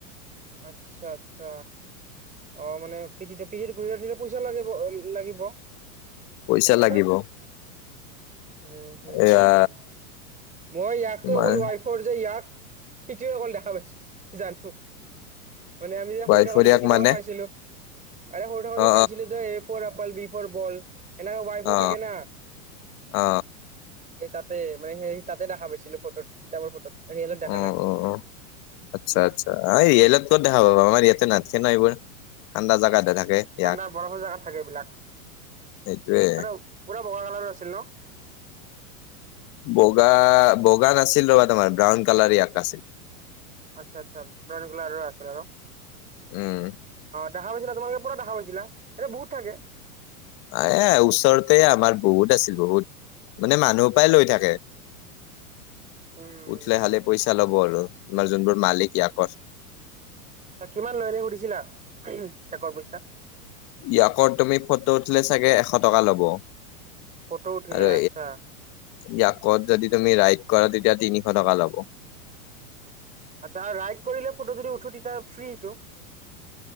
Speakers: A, on the right (about 15°); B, on the left (about 40°).
A: আচ্ছা আচ্ছা। অ মানে পি পিটি ঘূৰি ধিলে পইচা লাগিব লাগিব।
B: পইচা
A: এক্সট্ৰা
B: লাগিব।
A: উম উম
B: এয়া
A: উম। মই ইয়াকতো
B: তোমাৰ
A: অকল ৱাইফৰ যে ইয়াক সেটোৱে অকল দেখা পাইছো জান। মানে আমি যে
B: ৱাইফৰ
A: সৰু থাকোতে
B: ইয়াক
A: যে কিতাপত
B: মানে
A: পাইছিলোঁ। আৰে সৰু থাকোতে
B: অ অ
A: পাইছিলো যে A for apple, B for ball. এনেকা ৱাইফৰ
B: অ
A: থাকে ন।
B: অ
A: তাতে মানে সেই তাতে দেখা পাইছিলোঁ ফটোত কিতাপৰ ফটোত। ৰিয়েলত দেখা
B: উম
A: নাই
B: অ অ আচ্ছা আচ্ছা। অ ৰিয়েলত ক'ত দেখা পাব আমাৰ ইয়াতে নাথাকে না, এইবোৰ ঠাণ্ডা জাগাতে থাকে। ইয়াক
A: ঠাণ্ডা বৰফৰ জেগাত থাকে এইবিলাক।
B: সেইটোয়ে
A: আৰু পুৰা বগা কালাৰৰ আছিল ন।
B: বগা বগা নাছিল ৰ'বা তোমাৰ ব্ৰাউন কালাৰ ইয়াক আছিল।
A: আচ্ছা আচ্ছা ব্ৰাউন কালাৰ আছিলে ন।
B: উম!
A: দেখা পাইছিলা তোমালে পৰা দেখা পাইছিলা এনেই বহুত থাকে
B: এ ওচৰতে আমাৰ। বহুত আছিল বহুত মানে মানুহৰ পৰাই লৈ থাকে।
A: উম
B: উঠিলে খালে পইচা ল'ব আৰু তোমাৰ যোনবোৰ মালিক ইয়াকৰ।
A: কিমান লয় এনেই সুধিছিলা একৰ পইচা।
B: তাকৰ তুমি ফটো উঠিলে চাগে এশ টকা ল'ব।
A: ফটো উঠিলে
B: আৰু
A: আচ্ছা।
B: ইয়াকত যদি তুমি ৰাইড কৰা তেতিয়া তিনিশ টকা লব।
A: আচ্ছা ৰাইড কৰিলে ফটো যদি উঠো তেতিয়া ফ্ৰীটো